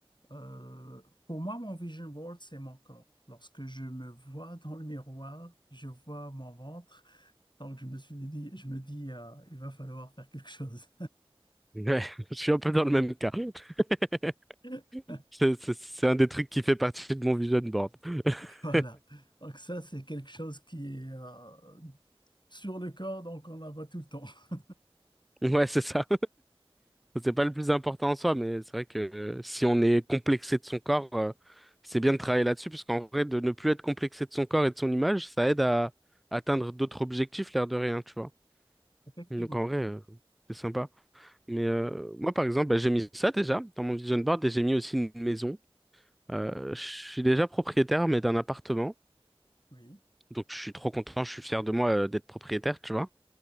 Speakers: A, on the left; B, in the centre.
A: euh, pour moi, mon vision board, c'est mon corps. Lorsque je me vois dans le miroir, je vois mon ventre. Donc, je me suis dit, je me dis, euh, il va falloir faire quelque chose.
B: Ouais. <laughs> Je suis un peu dans le même cas. <laughs>
A: <laughs>
B: C'est c'est- c'est un des trucs qui fait partie de mon vision board. <laughs>
A: Voilà. Donc, ça, c'est quelque chose qui est euh, sur le corps, donc on la voit tout le temps. <laughs>
B: Ouais, c'est ça. C'est pas le plus important en soi, mais c'est vrai que euh, si on est complexé de son corps, euh, c'est bien de travailler là-dessus, parce qu'en vrai, de ne plus être complexé de son corps et de son image, ça aide à atteindre d'autres objectifs, l'air de rien, tu vois.
A: Effectivement.
B: Donc en vrai, euh, c'est sympa.
A: Ah
B: Mais euh, moi, par exemple, bah, j'ai mis ça déjà dans mon vision board et j'ai mis aussi une maison.
A: oui,
B: Euh, je suis déjà propriétaire, mais d'un appartement.
A: oui,
B: Donc je suis trop content, je suis fier de moi euh, d'être propriétaire, tu vois.